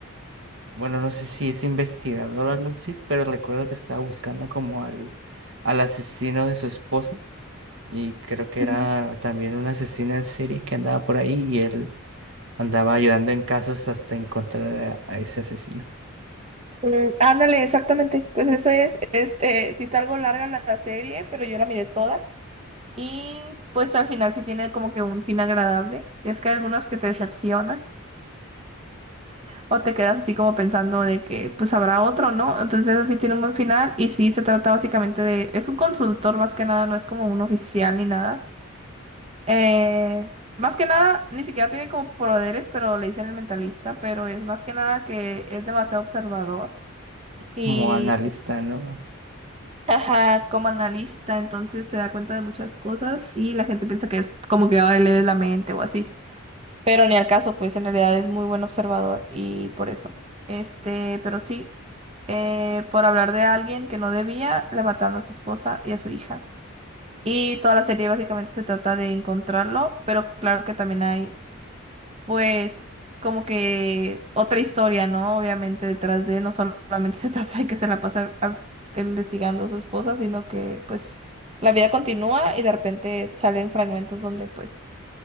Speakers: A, on the right; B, on the right.
A: bueno, no sé si es investigador o algo así, pero recuerdo que estaba buscando como al, al asesino de su esposa y creo que
B: Ujú.
A: era también una asesina en serie que andaba por ahí y él andaba ayudando en casos hasta encontrar a, a ese asesino,
B: Mm, ándale, exactamente. Pues eso es, este, sí está algo larga la la serie, pero yo la miré toda. Y pues al final sí tiene como que un fin agradable. Es que hay algunas que te decepcionan o te quedas así como pensando de que pues habrá otro, ¿no? Entonces así tiene un buen final y sí se trata básicamente de, es un consultor más que nada, no es como un oficial ni nada. Eh, más que nada, ni siquiera tiene como poderes, pero le dicen el mentalista, pero es más que nada que es demasiado observador y,
A: como analista, ¿no?
B: ajá, como analista, entonces se da cuenta de muchas cosas y la gente piensa que es como que ay, lee la mente o así, pero ni al caso, pues en realidad es muy buen observador y por eso. Este, pero sí, eh, por hablar de alguien que no debía, le mataron a su esposa y a su hija. Y toda la serie básicamente se trata de encontrarlo, pero claro que también hay pues como que otra historia, ¿no? Obviamente detrás de, no solamente <laughs> se trata de que se la pasa a- investigando a su esposa, sino que pues la vida continúa y de repente salen fragmentos donde pues